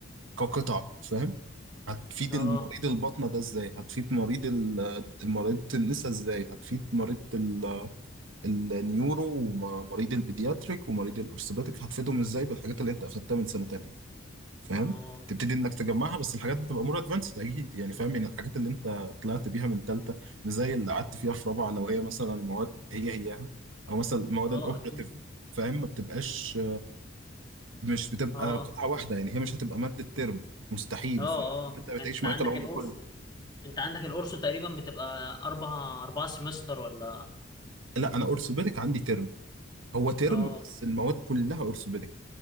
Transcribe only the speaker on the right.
كقطع فاهم هتفيد
المريض البطنة ده ازاي هتفيد مريض ال- مريض النساء ازاي هتفيد مريض ال- النيورو ومريض البيدياتريك ومريض الارثوباتيك هتفيدهم ازاي بالحاجات اللي انت اخدتها من سنة تانية فاهم
تبتدي انك تجمعها بس الحاجات بتبقى مور ادفانسد اكيد يعني فاهم يعني الحاجات اللي انت طلعت بيها من تالتة مش زي اللي قعدت فيها في رابعة لو هي مثلا مواد هي هياها او مثلا المواد
الاوبراتيف
فاهم ما بتبقاش مش بتبقى
قطعة واحدة يعني هي مش هتبقى مادة ترم مستحيل
فاهم المادة
بتعيش
معاك
العمر
كله
لا أنا أورثوبيدك عندي ترم هو ترم
بس المواد كلها أورثوبيدك